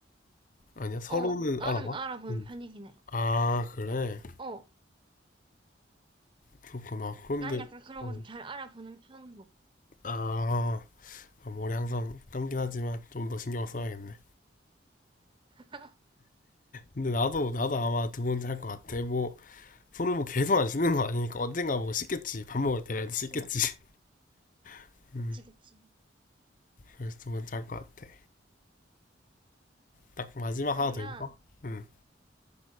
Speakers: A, on the left; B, on the right.
A: 아니야 서로는
B: 어, 나는
A: 알아봐?
B: 알아보는
A: 응.
B: 편이긴 해.
A: 아 그래
B: 어.
A: 그렇구나 그런데
B: 난 약간 그런
A: 어.
B: 거 좀 잘 알아보는 편인 것
A: 아 아, 머리 항상 감긴 하지만 좀 더 신경 써야겠네.
B: 같아.
A: 근데 나도 나도 아마 두 번째 할 것 같아. 뭐 손을 뭐 계속 안 씻는 거 아니니까 언젠가 뭐 씻겠지. 밥 먹을 때라도
B: <laughs>
A: 씻겠지.
B: 그치,
A: <laughs> 음,
B: 그치. 그치.
A: 그래서 두 번째 할 것 같아. 딱 마지막
B: 그러면,
A: 하나 더 해볼까? 응,